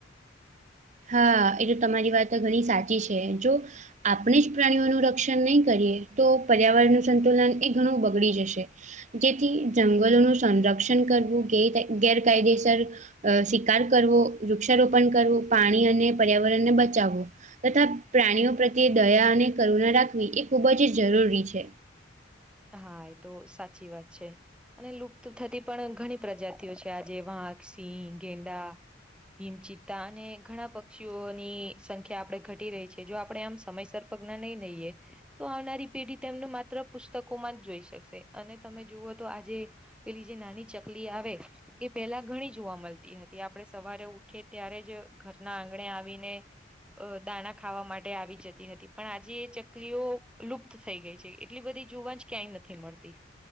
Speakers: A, on the right; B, in the centre.
A: હા એ તો તમારી વાતો ઘણી સાચી છે જો આપણે જ પ્રાણીઓનું રક્ષણ નહીં કરીએ તો પર્યાવરણનું સંતુલન એ ઘણું બગડી જશે. જેથી જંગલોનું સંરક્ષણ કરવું ગેર ગેરકાયદેસર અ શિકાર કરવો વૃક્ષારોપણ કરવું પાણી અને પર્યાવરણને બચાવવું તથા પ્રાણીઓ પ્રત્યે દયા અને કરુણા રાખવી એ ખૂબ જ જરૂરી છે.
B: હા એ તો સાચી વાત છે અને લુપ્ત થતી પણ ઘણી પ્રજા તીયો છે આજે વાંક સિંહ ગેંડા હિમચિત્તા અને ઘણા પક્ષીઓની સંખ્યા આપણેે ઘટી રહી છે જો આપડણે આમ સમયસર પગલા નહી દઈએ તો આવનારી પેઢી તેમનું માત્ર પુ પુસ્તકો માં જ જોઈ શકશે અને તમે જુવઓ તો આજે પેલી જે નાની ચકલી આવે એ પેલા ઘણી જોવા મળતી હતી આપણે સવારે ઉઠી ત્યારે જ ઘરના આંગણે આવીને અ દાના ખાવા માટે આવી જતી હતી પણ આજે એ ચકલીઓ લુપ્ત થઈ ગઈ છે એટલી બધી જોવા જ ક્યાંય નથી મળતી